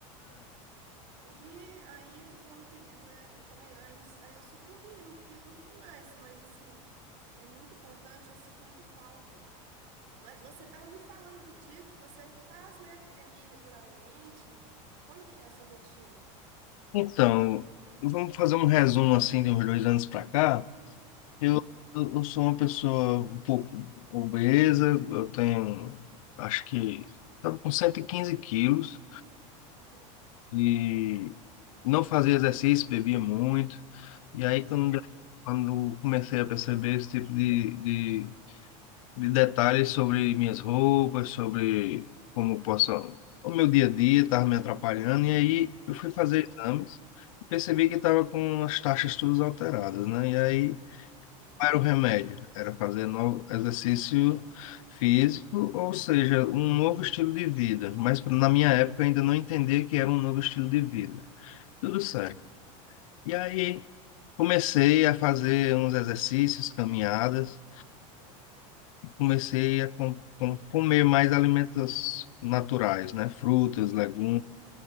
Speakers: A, on the right; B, on the left.
A: E aí, como se diz, né? Eu falei, aí, me- aí eu sucumbi, não fiz, não fui mais, mas assim, é muito importante, eu sinto muita falta. Mas você estava me falando outro dia que você faz, né, academia regularmente. Como que é a sua rotina?
B: Então, vamos fazer um resumo assim de uns dois anos para cá. Eu,
A: Hum,
B: eu sou uma pessoa um pouco obesa, eu tenho, acho que, estava com 115 quilos
A: uhum,
B: e não fazia exercício, bebia muito. E aí, quando,
A: certo.
B: quando comecei a perceber esse tipo de, de, de detalhes sobre minhas roupas, sobre como eu posso, o meu dia a dia estava me atrapalhando, e aí eu fui fazer
A: Sim,
B: exames e percebi que estava com as taxas todas alteradas, né? E aí
A: sim.
B: não era o remédio? Era fazer novo exercício físico, ou seja, um novo estilo de vida. Mas na minha época eu ainda não entendia que era um novo estilo de vida. Tudo certo.
A: Sim.
B: E aí comecei a fazer uns exercícios, caminhadas,
A: Uhum.
B: e comecei a com, com, comer mais alimentos naturais, né? Frutas, legumes,
A: aham,